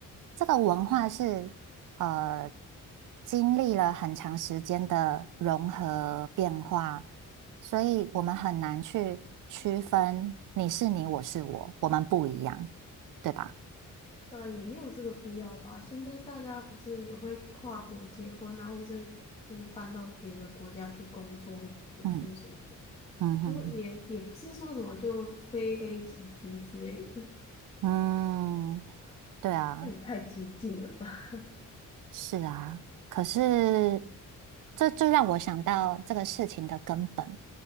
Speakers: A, on the right; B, on the left.
A: 这个文化是呃，经历了很长时间的融合变化，所以我们很难去区分你是你，我是我，我们不一样，对吧？
B: 对啊，也没有这个必要吧。现在大家不是也会跨国结婚啊，或是就是搬到别的国家去工作、读书什么的，
A: 嗯嗯嗯
B: 就也也不是说什么就非 A 即 B 之类的，
A: 嗯，嗯对啊。
B: <laughs> 那也太激进了吧。<laughs>
A: 是啊，可是这就让我想到这个事情的根本，